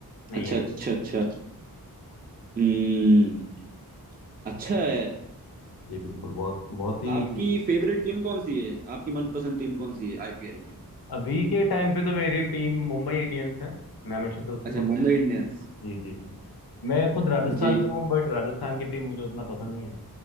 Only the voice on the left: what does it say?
नहीं
है
जी बिल्कुल बहुत बहुत ही
अभी के टाइम पे तो मेरी टीम मुंबई इंडियंस है मैं हमेशा से उसी
को
जी जी जी मैं खुद राजस्थान
का हूँ बट राजस्थान की टीम मुझे उतना पसंद नहीं